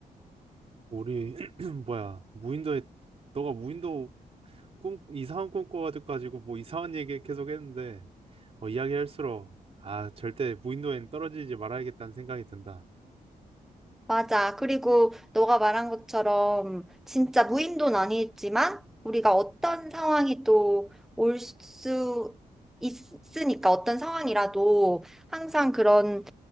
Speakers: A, on the right; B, in the centre.
A: 우리 <clears throat> 뭐야 무인도에 너가 무인도 꿈 이상한 꿈 꿔가지고 뭐 이상한 얘기 계속 했는데 어, 이야기할수록 아 절대 무인도엔 떨어지지 말아야겠다는 생각이 든다.
B: 맞아. 그리고 너가 말한 것처럼 진짜 무인도는 아니지만 우리가 어떤 상황이 또 올 수 있으니까 어떤 상황이라도 항상 그런